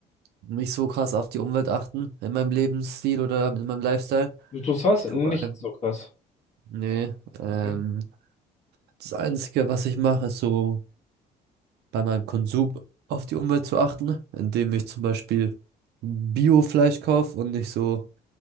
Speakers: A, on the right (about 75°); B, on the left (about 40°).
A: nicht so krass auf die Umwelt achten in meinem Lebensstil oder in meinem Lifestyle.
B: Du tust was?
A: Ich
B: Nicht
A: tue, ähm,
B: so krass.
A: nee, ähm,
B: Okay.
A: das Einzige, was ich mache, ist so bei meinem Konsum auf die Umwelt zu achten, indem ich zum Beispiel Bio-Fleisch kaufe und nicht so